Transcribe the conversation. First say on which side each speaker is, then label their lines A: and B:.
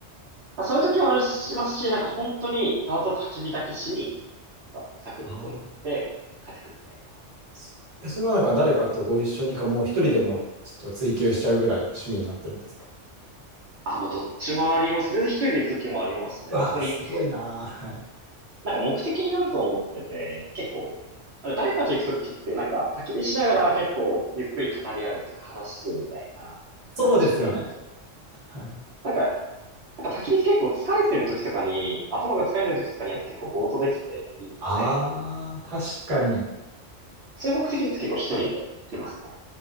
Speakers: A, on the right; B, on the right.
A: まあ、そういう時もあるしますし、なんか本当に、ただただ焚き火だけしに、なんかサクッと行って帰ってくるみたいな。
B: ああ。そえそれはなんか誰かとご一緒にか、もう一人でもちょっと追求しちゃうぐらい趣味になってるんですか
A: あ、もうどっちもありますけど、全然一人で行く時もありますね。
B: わあ、
A: 本当に、
B: すごいな。はい。
A: なんか目的によると思ってて、結構、なんか誰かと行く時ってなんか焚き火しながら結構ゆっくり語り合うっていうか話すみたいな感じで行くと思う。
B: そうですよね。はい。
A: なんか、やっぱ焚き火って結構疲れてる時とかに、頭が疲れてる時とかにやると結構ぼーっとできていいので、
B: ああ、確かに。
A: そういう目的だと結構一人で行きますね。